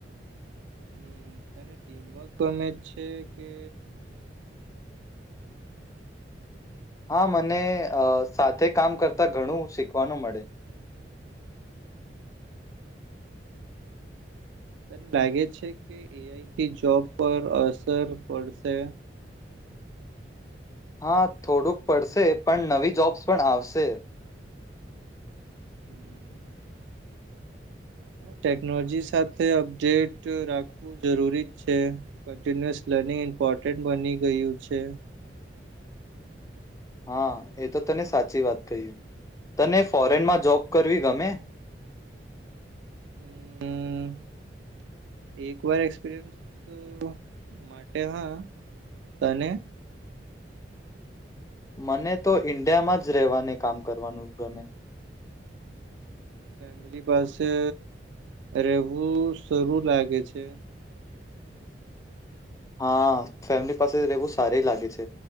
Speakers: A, on the right; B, on the left.
A: હમ્મ, તને ટીમવર્ક ગમે જ છે કે?
B: હા મને અ સાથે કામ કરતા ઘણું શીખવાનું મળે.
A: તન લાગે છે કે એઆઈટી જોબ પર અસર પડશે?
B: હા થોડુંક પડશે પણ નવી જોબ્સ પણ આવશે.
A: <inaudible> ટેકનોલોજી સાથે અપડેટ રાખવું જરૂરી છે, કન્ટિન્યુસ લર્નિંગ ઇમ્પોર્ટન્ટ બની ગયું છે.
B: હા એ તો તને સાચી વાત કહી, તને ફોરેનમાં જોબ કરવી ગમે?
A: હમ્મ એક વાર એક્સપિરિયન્સ <unintelligible> માટે હા તને?
B: મને તો ઈન્ડિયામાં જ રહેવાને કામ કરવાનું ગમે.
A: ફેમિલી પાસે રહેવું સરું લાગે છે.
B: હા ફેમિલી પાસે રહેવું સારી લાગે છે,